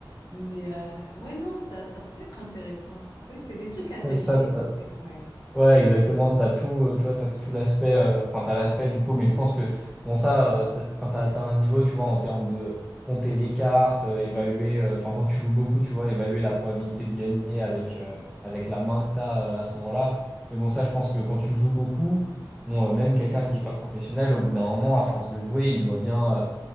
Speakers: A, on the left; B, in the centre.
A: Mais euh, ouais, non, ça, ça pourrait être intéressant. Oui, c'est des trucs à tester.
B: <laughs> ça, ça,
A: tu sais, Ouais.
B: Ouais, exactement. T'as tout, euh, tu vois, t'as tout l'aspect, euh, enfin, t'as l'aspect du coup, mais je pense que, bon, ça, euh, t'as- quand t'as atteint un niveau, tu vois, en termes de compter les cartes, euh, évaluer,
A: Mhm.
B: euh, enfin, quand tu joues beaucoup, tu vois, évaluer la probabilité de gagner avec, euh, avec la main que t'as, euh, à ce moment-là. Mais bon, ça, je pense que quand tu joues beaucoup, bon, euh, même quelqu'un qui n'est pas professionnel, au bout d'un moment, à force de jouer, il doit bien, euh,